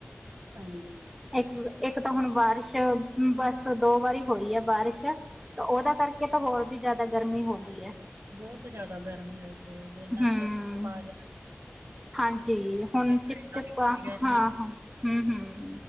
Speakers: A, on the right; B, in the centre.
A: ਹਾਂਜੀ।
B: ਇੱਕ ਇੱਕ ਤਾਂ ਹੁਣ ਬਾਰਿਸ਼ ਬਸ ਦੋ ਵਾਰੀ ਹੋਈ ਐ ਬਾਰਿਸ਼ ਤਾਂ ਓਦੇ ਕਰ ਏ ਤਾਂ ਹੋਰ ਵੀ ਜਾਦਾ ਗਰਮੀ ਹੋਗੀ ਐ।
A: ਬੋਹਤ ਜਾਦਾ ਗਰਮੀ ਹੋਈ ਪਈ ਜਿ ਨਾ
B: ਹਮ
A: ਚਿਪ-ਚਿਪਾ ਜਾ
B: ਹਾਂਜੀ
A: ਲਾਈਟ
B: ਹੁਣ ਚਿਪ-ਚਿਪ ਆ
A: ਨੀ ਰਹਿੰਦੀ,
B: ਹਾਂ-ਹਾਂ, ਹੂੰ-ਹੂੰ।